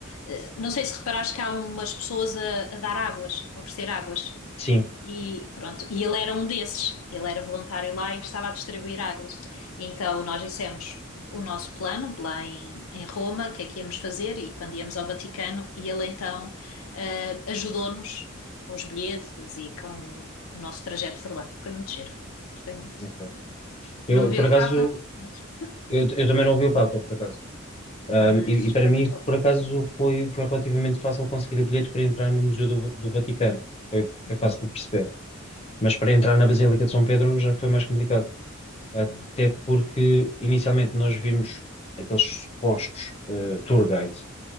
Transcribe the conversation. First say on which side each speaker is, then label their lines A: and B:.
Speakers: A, on the left (about 85°); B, on the left (about 30°).
A: Eh, Não sei se reparaste que há umas pessoas a, a dar águas, a oferecer águas.
B: sim.
A: E pronto, e ele era um desses. Ele era voluntário lá e estava a distribuir águas. E então nós dissemos o nosso plano lá em, em Roma, o que é que íamos fazer e quando íamos ao Vaticano. E ele então eh, ajudou-nos com os bilhetes e com o, o nosso trajeto por lá. Foi muito giro, gostei muito.
B: ok. Eu,
A: Não vi
B: por
A: o
B: acaso,
A: Papa, mas,
B: eu, eu também não ouvi o Papa, por acaso. Ah,
A: mas
B: e, e para
A: foi
B: mim,
A: muito bom.
B: por acaso, foi, foi relativamente fácil conseguir o bilhete para entrar no Museu do, do Vaticano. Foi, foi
A: Uhum,
B: fácil de perceber. Mas para entrar na Basílica de São Pedro já foi mais complicado. Até
A: uhum,
B: porque, inicialmente, nós vimos aqueles supostos ah, tour guides